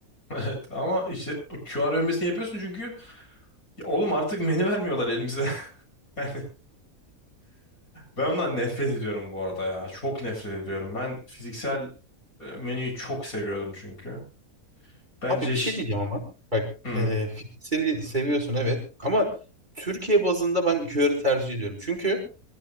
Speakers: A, on the left; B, on the right.
A: Evet ama işte o QR övmesini yapıyorsun çünkü ya oğlum artık menü vermiyorlar elimize. <laughs> Yani ben ondan nefret ediyorum bu arada ya. Çok nefret ediyorum. Ben fiziksel e, menüyü çok seviyordum çünkü. Bence
B: Abi
A: iş...
B: bir şey diyeceğim ama. Bak
A: Hı,
B: e, fizikseli seviyorsun evet ama Türkiye bazında ben QR'ı tercih ediyorum. Çünkü